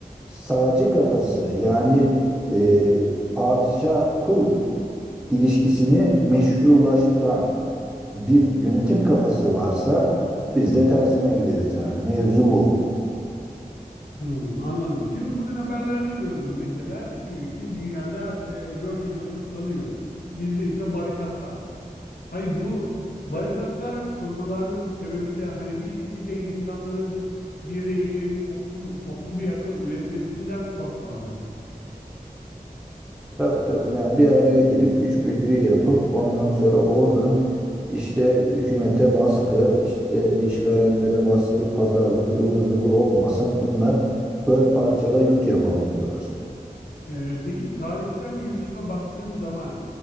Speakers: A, in the centre; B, on the left.
A: sağcı kafası yani e, padişah kul ilişkisini meşrulaştıran bir yönetim kafası varsa biz de tersine gideriz yani. Mevzu bu.
B: Hmm, anladım. Çünkü bugün haberlerde gördüm mesela diyor ki dünyada e, coşkuyla kutlanıyor. Bizde ise barikatlar. Hayır bu barikatlar kurmalarının sebebi de hani bir şekilde insanların bir araya gelip toplum, toplu bir akıl üretmesinden korkmaları mı?
A: Tabii tabii yani bir araya girip güç birliği yapıp ondan sonra oradan işte hükümete baskı, işte işverenlere baskı, pazarlık ıvır zıvır olmasın. Bunlar böl parçala yut yapalım diyorlar.
B: Ee, peki tarihsel gelişime baktığın zaman